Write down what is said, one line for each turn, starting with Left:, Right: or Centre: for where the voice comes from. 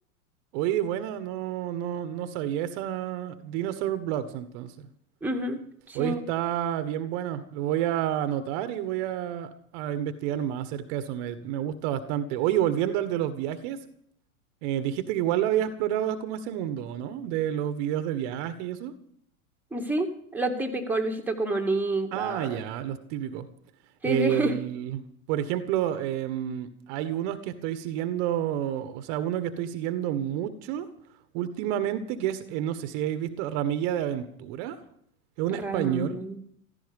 Right: Oye, bueno, no, no, no sabía esa Dinosaur Blocks entonces.
Centre: Ujú, Sí,
Right: Hoy está bien bueno. Lo voy a anotar y voy a, a investigar más acerca de eso. Me, me gusta bastante. Oye, volviendo al de los viajes, eh, dijiste que igual lo había explorado como ese mundo, ¿o ¿no? De los videos de viaje y eso.
Centre: sí, lo típico, Luisito Comunica.
Right: Ah, ya, los típicos. El,
Centre: Sí, sí. <laughs>
Right: por ejemplo, em, hay unos que estoy siguiendo, o sea, uno que estoy siguiendo mucho últimamente, que es, eh, no sé si habéis visto, Ramilla de Aventura. Es un español,
Centre: Rami.